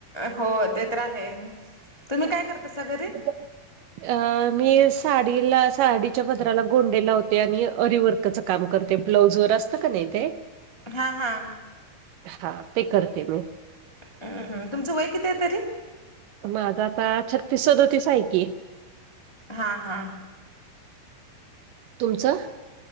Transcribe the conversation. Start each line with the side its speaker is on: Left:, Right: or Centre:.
Left: हो ते तर रा आहे तुम्ही काय करतासा घरी.
Right: अ मी. साडीला साडीच्या पदराला गोंडे लावते आणि अरीवर्कच काम करते ब्लाउजर अस. पुस्तक न येत ते.
Left: हा हा
Right: हा ते करते मी.
Left: हम्म हम् तुमचं वय किती आहे तरी.
Right: माझं आता छत फसत होती साय की.
Left: हा हा
Right: तुमचं